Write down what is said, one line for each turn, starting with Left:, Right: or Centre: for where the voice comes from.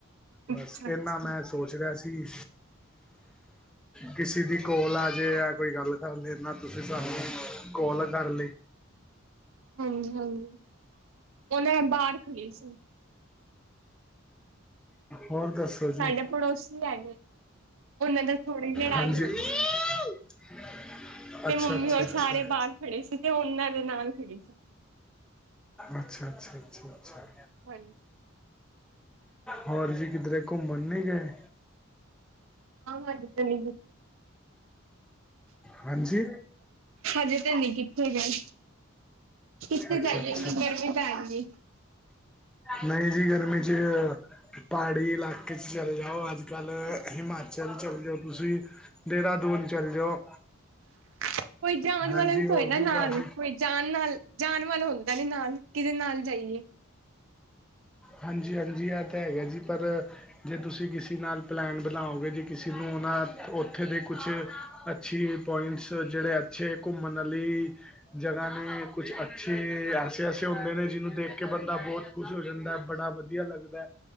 Centre: ਬਸ
Right: ਅੱਛਾ
Centre: ਫਿਰ
Right: ਅੱਛਾ।
Centre: ਨਾ ਮੈਂ ਸੋਚ ਰਿਹਾ ਸੀ। ਕਿਸੇ ਦੀ ਕੋਲ ਆ ਜੇ ਆ ਕੋਈ ਗੱਲ ਕਰ ਲੈਂਦਾ ਤੁਸੀਂ ਸਾਨੂੰ ਕੋਲ ਕਰ ਲਈ,
Right: ਹਾਂਜੀ ਹਾਂਜੀ ਹੁਣੇ ਬਾਹਰ ਖੜੀ ਸੀ।
Centre: ਹੋਰ ਦੱਸ ਜੀ
Right: ਸਾਡੇ ਪੜੋਸੀ ਹੈਗੇ ਨਾ ਉਹਨਾਂ ਦਾ ਥੋੜ੍ਹੀ ਲੜਾਈ
Centre: ਹਾਂਜੀ
Right: ਹੋ ਰਹੀ ਸੀ।
Centre: <unintelligible>
Right: ਤੇ ਮੰਮੀ
Centre: ਅੱਛਾ
Right: ਹੋਰ
Centre: ਅੱਛਾ
Right: ਸਾਰੇ ਬਾਹਰ ਖੜੇ ਸੀ ਤੇ ਉਹਨਾਂ ਦੇ ਨਾਲ ਖੜੇ ਸੀ
Centre: ਅੱਛਾ, ਅੱਛਾ, ਅੱਛਾ, ਅੱਛਾ,
Right: ਹਾਂਜੀ
Centre: ਹੋਰ ਜੀ ਕਿਧਰੇ ਘੁੰਮਣ ਨੀ ਗਏ?
Right: ਹਾਂ, ਮੈ ਕਿਤੇ ਨੀ ਗਈ।
Centre: ਹਾਂਜੀ
Right: ਹਜੇ ਤੇ ਨੀ ਕਿੱਥੇ ਗਏ। ਕਿੱਥੇ
Centre: ਅੱਛਾ
Right: ਜਾਈਏ
Centre: ਅੱਛਾ
Right: ਇੰਨੀ ਗਰਮੀ ਪੈ ਰਹੀ ਹੈ।
Centre: ਨਹੀਂ ਜੀ ਗਰਮੀ ਚ ਪਹਾੜੀ ਇਲਾਕੇ ਚ ਚਲੇ ਜਾਓ ਅੱਜ ਕੱਲ ਹਿਮਾਚਲ ਚਲੇ ਜਾਓ ਤੁਸੀਂ ਦੇਹਰਾਦੂਨ ਚੱਲ ਜਾਓ।
Right: ਕੋਈ ਜਾਣ ਵਾਲਾ
Centre: ਹਾਂਜੀ
Right: ਵੀ ਤੇ
Centre: ਹੋਰ
Right: ਹੋਏ ਨਾਲ
Centre: ਕਾਫੀ
Right: ਕੋਈ ਜਾਣ ਨਾਲ ਜਾਣ ਵਾਲਾ ਹੁੰਦਾ ਨੀ ਨਾਲ ਕਿਹਦੇ ਨਾਲ ਜਾਈਏ
Centre: ਹਾਂਜੀ ਹਾਂਜੀ ਆਹ ਤਾਂ ਹੈਗਾ ਜੀ ਪਰ ਜੇ ਤੁਸੀਂ ਕਿਸੇ ਨਾਲ ਪਲੈਨ ਬਣਾਓਗੇ ਜੇ ਕਿਸੇ ਨੂੰ ਉਹਨਾਂ ਉੱਥੇ ਦੇ ਕੁਛ ਅੱਛੀ ਪੁਆਇੰਟਸ ਜਿਹੜੇ ਛੇ ਘੁੰਮਣ ਆਲੀ ਜਗ੍ਹਾ ਨੇ ਕੁਛ ਅੱਛੇ ਐਸੇ ਐਸੇ ਹੁੰਦੇ ਨੇ ਜਿਹਨੂੰ ਦੇਖ ਕੇ ਬੰਦਾ ਬਹੁਤ ਖੁਸ਼ ਹੋ ਜਾਂਦਾ ਬੜਾ ਵਧੀਆ ਲੱਗਦਾ